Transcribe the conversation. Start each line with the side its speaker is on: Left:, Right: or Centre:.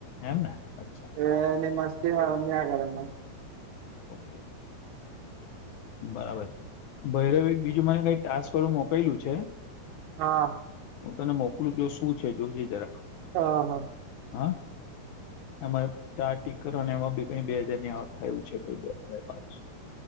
Left: એમ ને અચ્છા
Right: એ નિમસ્થી આરામી આગલો
Left: ઓકે બરાબર છે ભૈરવ એક બીજું મને કઈ ટાસ્ક વારું મોકલું છે
Right: હા
Left: હું તને મોકલું જો શું છે જોજ જરાખ
Right: હ હા
Left: હા એમાં ચાર ટીકરોને એમાં કઈ બે હાજાર ની થયું છે કઈ બે બસ